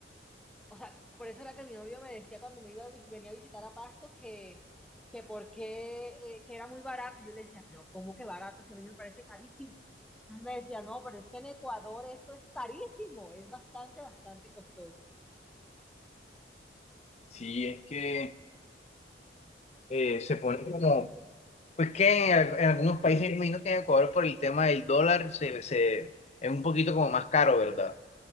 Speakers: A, in the centre; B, on the left.
A: o sea, por eso era que mi novio me decía cuando me iba a vis- venía a visitar a Pasto que, que por qué, eh, que era muy barato. Y Yo le decía, pero ¿cómo que barato? Si a mí me parece carísimo. Entonces me decía, no, pero es que en Ecuador eso es carísimo, es bastante, bastante costoso.
B: Sí, es que eh, se pone como Pues que en, al- en algunos países, me imagino que en Ecuador por el tema del dólar se, se- es un poquito como más caro, ¿verdad?